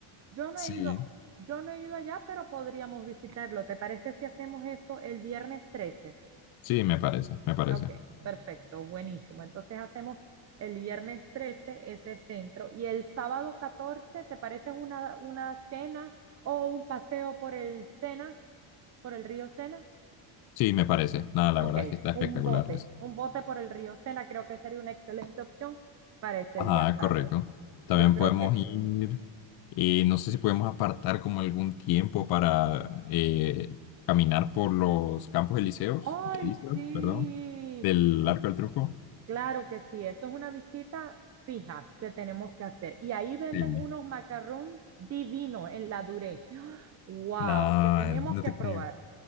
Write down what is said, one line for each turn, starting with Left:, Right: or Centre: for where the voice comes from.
Right: Yo no
Left: sí,
Right: he ido, yo no he ido allá, pero podríamos visitarlo. ¿Te parece si hacemos eso el viernes trece
Left: sí, me parece, me parece.
Right: Ok, perfecto, buenísimo. Entonces hacemos el viernes 13 ese centro y el sábado catorce ¿te parece una, una cena o un paseo por el Sena, por el río Sena?
Left: Sí, me parece. Nada, la
Right: Ok,
Left: verdad es que está
Right: un
Left: espectacular
Right: bote,
Left: eso.
Right: un bote por el río Sena creo que sería una excelente opción para ese
Left: Ajá,
Right: día sábado.
Left: correcto. También
Right: Yo creo
Left: podemos
Right: que sí.
Left: ir, eh, no sé si podemos apartar como algún tiempo para eh, caminar por los campos elíseos,
Right: Ay,
Left: elíseos,
Right: sí,
Left: perdón, del Arco del Triunfo.
Right: claro que sí, eso es una visita fija que tenemos que hacer. Y ahí venden
Left: Sí.
Right: unos macarrones divinos en la Duré. Wow,
Left: No,
Right: que tenemos
Left: no
Right: que
Left: te
Right: probar.
Left: creo.